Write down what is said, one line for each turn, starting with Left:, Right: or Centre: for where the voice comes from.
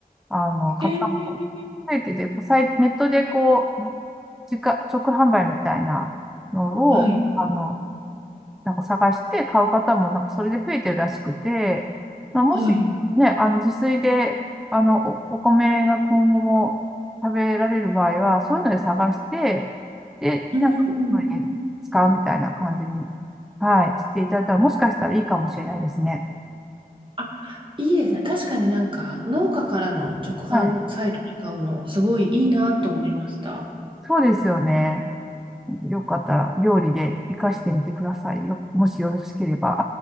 Centre: あの、方も増えてて、
Right: えー
Centre: こうさいネットでこう、直、直販売みたいなのを、
Right: はい、
Centre: あの、なんか探して買う方もなんかそれで増えてるらしくて、まあ、もしね、
Right: はい。
Centre: あの自炊で、あのお、お米が今後も食べられる場合は、そういうので探して、で、
Right: うーん。
Centre: なんか、そういうの使うみたいな感じに、はい、していただいたら、もしかしたらいいかもしれないですね。
Right: あ、いいですね。確かになんか、農家からの直販サイトで買うの、
Centre: はい。
Right: すごいいいなと思いました。
Centre: そうですよね。よかったら料理で活かしてみてくださいよ。もしよろしければ。